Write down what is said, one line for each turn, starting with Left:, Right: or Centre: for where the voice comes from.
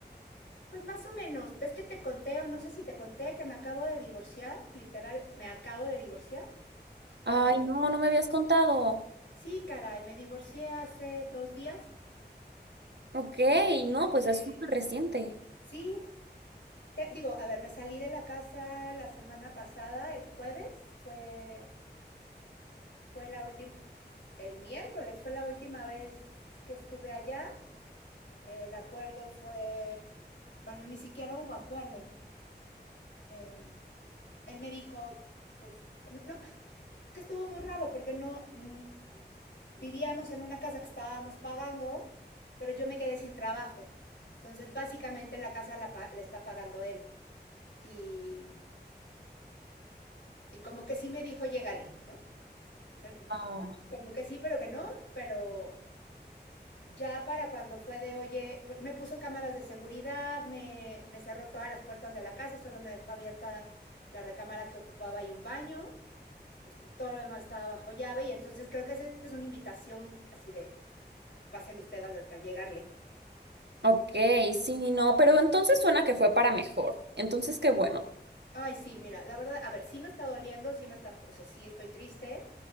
Left: pues más o menos. ¿Ves que te conté o no sé si te conté que me acabo de divorciar? Literal, me acabo de divorciar.
Right: Ay,
Left: Eh,
Right: no, no me habías contado.
Left: sí, caray, me divorcié hace dos días.
Right: Ok, no, pues
Left: Eh,
Right: es súper reciente.
Left: sí, Te- digo, a ver, me salí de la casa la semana pasada, el jueves, fue, fue la última, el miércoles fue la última vez que estuve allá. El acuerdo fue, bueno, ni siquiera hubo acuerdo. Eh, él me dijo, pues, no, es que estuvo muy raro porque no mm, vivíamos en una casa que estábamos pagando, pero yo me quedé sin trabajo. Entonces, básicamente la casa la, pa- la está pagando él. Y, y como que sí me dijo, llégale, ¿no? O sea,
Right: Ah.
Left: como que sí, pero que no, pero ya para cuando fue de, oye, por- me puso cámaras de seguridad, me, me cerró todas las puertas de la casa, solo me dejó abierta la recámara que ocupaba y un baño, este, todo lo demás estaba bajo llave y entonces creo que esa es una invitación así de, pásele usted a, a llegarle.
Right: Ok, sí, no, pero entonces suena que fue para mejor. Entonces, qué bueno.
Left: Ay, sí, mira, la verdad, a ver, sí me está doliendo, sí me está, o sea, sí estoy triste,